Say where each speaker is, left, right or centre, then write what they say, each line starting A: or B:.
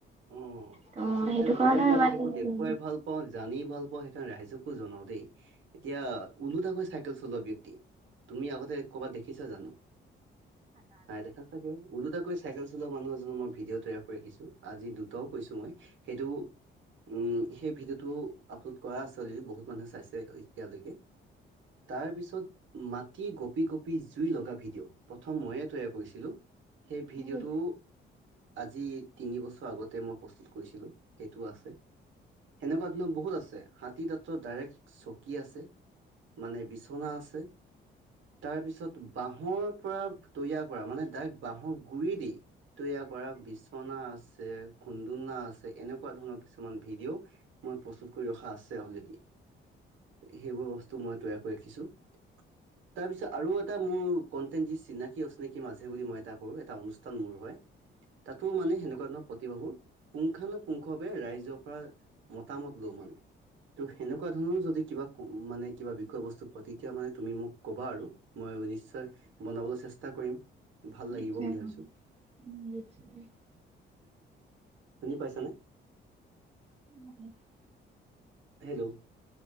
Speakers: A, on the right; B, on the right.
A: অ'
B: ত'
A: আচলতে
B: সেইটো কাৰণে
A: মই মানে
B: ইমান
A: সেইবোৰ দেখুৱাই ভাল ভালপাওঁ জানি ভালপাওঁ আৰু মই সেইকাৰণে ৰাইজকো জনাও দেই এতিয়া ওলোটাকৈ চলোৱা ব্যক্তি তুমি আগতে ক'বাত দেখিছা জানো নাই দেখা ছাগে উলোটাকৈ চাইকেল চলোৱা মানুহ এজনৰ মই ভিডিঅ' তৈয়াৰ কৰি ৰাখিছো আজি দুটাও কৈছো মই সেইটো উম, সেই ভিডিঅ' টো আপলোড কৰা আচল বহুত মানুহে চাইছে এতিয়ালৈকে তাৰ পিছত মাটি গপি - গপি জুই লগা ভিডিঅ' প্ৰথম মইয়ে তৈয়াৰ কৰিছিলোঁ সেই ভিডিঅ'টো
B: অ',
A: আজি তিনি বছৰ আগতে মই প্ৰস্তুত কৰিছিলোঁ সেইটো আছে। সেনেকুৱা ধৰণৰ বহুত আছে হাতী তাঁতৰ ডাইৰেক্ট চকী আছে। মানে বিচনা আছে। তাৰপিছত বাহৰ পৰা তৈয়াৰ কৰা মানে ডাইৰেক্ট বাহৰ গুৰি দি তৈয়াৰ কৰা বিচনা আছে খুন্দুনা আছে এনেকুৱা ধৰণৰ কিছুমান ভিডিঅ। মই প্ৰস্তুত কৰি ৰখা আছে অলৰেডি সেইবোৰ বস্তু মই তৈয়াৰ কৰি ৰাখিছো। <inaudible> তাৰ পিছত আৰু এটা মোৰ কন্টেন্ট যি চিনাকি অচিনাকি মাজে বুলি মই এটা কৰোঁ এটা অনুষ্ঠান মোৰ হয়। ত' মানে সেনেকুৱা ধৰৰণৰ। বাবু পুংখানুপুংখৱে ৰাইজৰ পৰা মতামত লওঁ মানে। ত' সেনেকুৱা ধৰণৰ যদি কিবা মানে কিবা বিষয়বস্তু পোৱা তেতিয়া মানে তুমি মোক ক'বা আৰু। মই নিশ্চয় বনাবলৈ চেষ্টা কৰিম। ভাল
B: <inaudible>
A: লাগিব বুলি ভাবিছো শুনি পাইছানে।
B: <inaudible>
A: হেল্ল'।